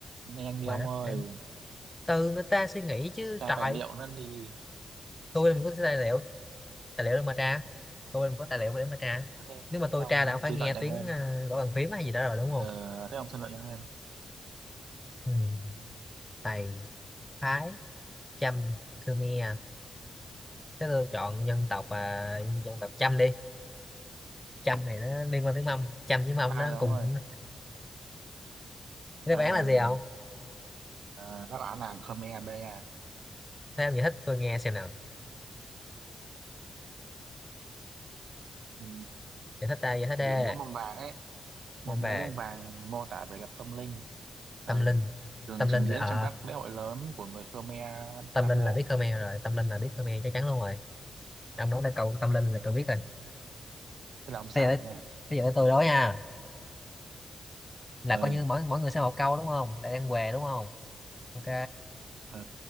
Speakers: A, on the right; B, on the left.
A: nhanh đi
B: ba
A: ông
B: đáp
A: ơi
B: án từ người ta suy nghĩ chứ
A: tra
B: trời
A: tài liệu nó đi
B: tôi làm có tài liệu tài liệu để mà tra tôi làm có tài liệu để mà tra
A: Ờ, thế
B: nếu mà tôi
A: thế ông
B: tra là ông phải
A: suy
B: nghe
A: luận nhanh
B: tiếng
A: lên
B: ờ, gõ bàn phím hay gì đó rồi đúng không
A: ờ, thế ông suy luận nhanh lên
B: ừ. Tày Thái Chăm Khmer thế tôi chọn dân tộc à, dân tộc Chăm đi Chăm này nó liên quan tiếng Mông Chăm với Mông
A: sai
B: nó
A: rồi ông
B: cùng
A: ơi
B: đáp
A: sai
B: án
A: rồi
B: là gì
A: đừng
B: không
A: ờ, đáp án là Khmer B à
B: thế ông giải thích tôi nghe xem nào
A: ừ.
B: giải thích ta giải thích
A: tại
B: đê
A: vì múa mâm vàng ấy múa,
B: Mông
A: múa
B: vàng
A: mâm vàng mô tả vẻ đẹp tâm linh ừ.
B: tâm linh
A: thường
B: tâm linh
A: trình diễn
B: là ờ,
A: trong các lễ hội lớn của người Khmer
B: tâm
A: Nam
B: linh
A: Bộ
B: là biết Khmer rồi tâm linh là biết Khmer chắc chắn luôn rồi ông nói là câu tâm linh là tôi biết rồi
A: thế là ông sai
B: thế giờ tới,
A: rồi nha
B: thế giờ tới tôi đó nha là
A: ừ.
B: coi như mỗi mỗi người sẽ một câu đúng không lại đang què đúng không ok
A: ờ